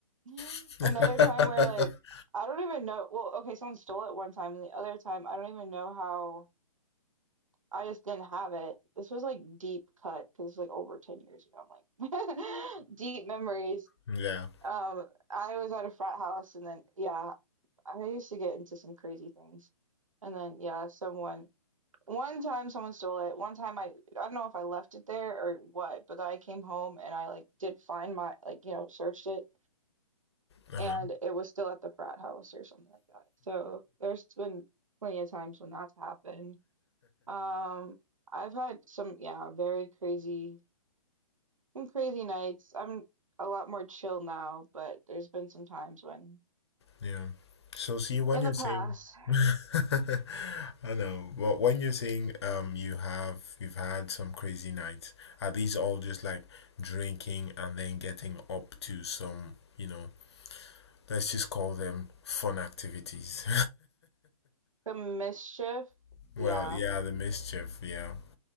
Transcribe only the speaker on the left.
<laughs>
Yeah.
Uh-huh.
Yeah. So see when
you're
saying <laughs> I know, but when you're saying um you have you've had some crazy nights, are these all just like drinking and then getting up to some, you know, let's just call them fun activities.
<laughs> well,
yeah, the mischief, yeah,